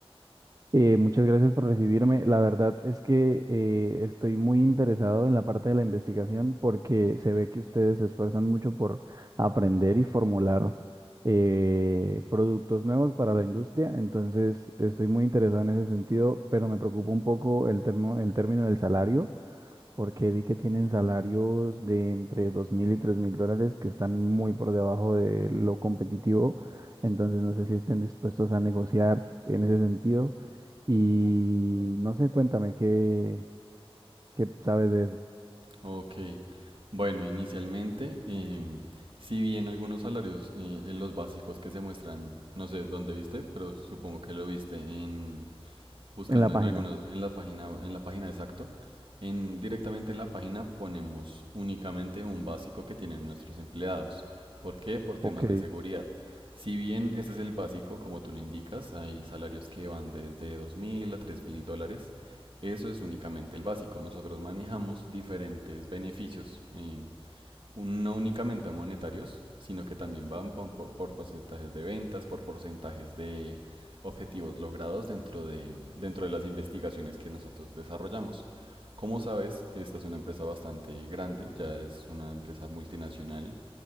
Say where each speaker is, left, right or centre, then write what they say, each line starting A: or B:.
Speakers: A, on the right; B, on the right.
A: Eh, muchas gracias por recibirme. La verdad es que eh, estoy muy interesado en la parte de la investigación porque se ve que ustedes se esfuerzan mucho por aprender y formular eh, productos nuevos para la industria. Entonces, estoy muy interesado en ese sentido, pero me preocupa un poco el termo- el término del salario porque vi que tienen salarios de entre 2.000 y 3.000 dólares que están muy por debajo de lo competitivo, entonces no sé si estén dispuestos a negociar en ese sentido y no sé, cuéntame qué, qué sabes de eso
B: Ok, bueno, inicialmente, em, si bien algunos salarios eh, en los básicos que se muestran, no sé dónde viste, pero supongo que lo viste en, buscando
A: en la página.
B: en algunos, en la página, en la página exacto, en, directamente en la página ponemos únicamente un básico que tienen nuestros empleados. ¿Por qué? Por temas
A: Ok,
B: de seguridad. Si bien ese es el básico, como tú lo indicas, hay salarios que van desde 2.000 a 3.000 dólares. Eso es únicamente el básico. Nosotros manejamos diferentes beneficios. em, no únicamente monetarios, sino que también van por, por- porcentajes de ventas, por porcentajes de objetivos logrados dentro de, dentro de las investigaciones que nosotros desarrollamos. Como sabes, esta es una empresa bastante grande, ya es una empresa multinacional